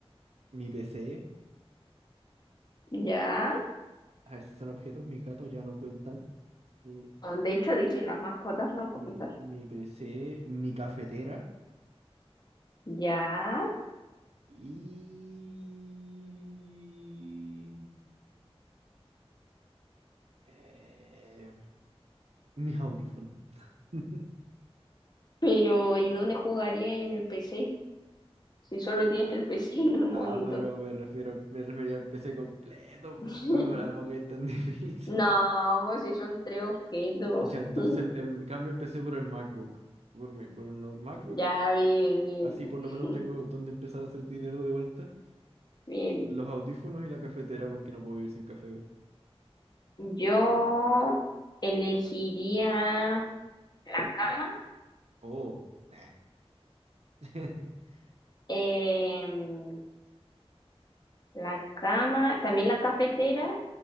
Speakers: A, on the right; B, on the left.
A: mi PC,
B: Ya.
A: a ver si son objetos, mis gatos ya no cuentan. Eh,
B: ah, De hecho, dice, las mascotas no cuentan.
A: y mi PC, mi cafetera
B: Ya.
A: y... eh, mis audífonos. <laughs>
B: Pero, ¿y dónde jugaría y en el PC? Si solo tienes el PC y no el monitor.
A: Ah, pero me refiero, me refería al PC completo, po,
B: <laughs>
A: <laughs> no me la pongáis tan <laughs> difícil.
B: No, pues si son tres objetos.
A: Ya, entonces
B: <laughs>
A: el, el- cambio el PC por el MacBook. Por mí, por un MacBook.
B: Ya, bien, bien,
A: Así
B: <laughs>
A: por lo menos tengo donde empezar a hacer dinero de vuelta.
B: bien.
A: Los audífonos y la cafetera porque no puedo vivir sin café, weón.
B: Yo elegiría la cama,
A: Oh, nah. <laughs>
B: em, la cama, también la cafetera